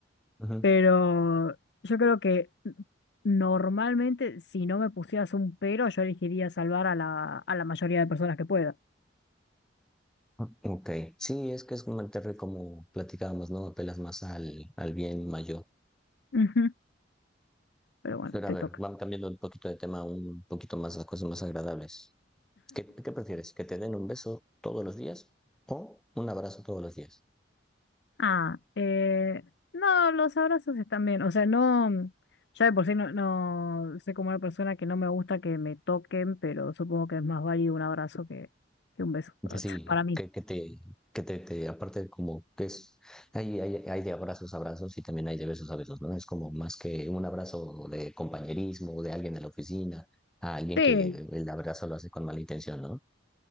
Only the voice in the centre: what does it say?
Ujú.
Ah, Ok. Sí, es que es como, como platicábamos, ¿no? Apelas más al, al bien mayor.
Pero
a ver,
vamos cambiando un poquito de tema, un poquito más a cosas más agradables. ¿Qué, qué prefieres? ¿Que te den un beso todos los días o un abrazo todos los días?
Que sí,
que, que te, que te, te- aparte como que es, hay, hay, hay de abrazos a abrazos y también hay de besos a besos, ¿no? Es como más que un abrazo de compañerismo, de alguien de la oficina, a alguien
que el abrazo lo hace con mala intención, ¿no?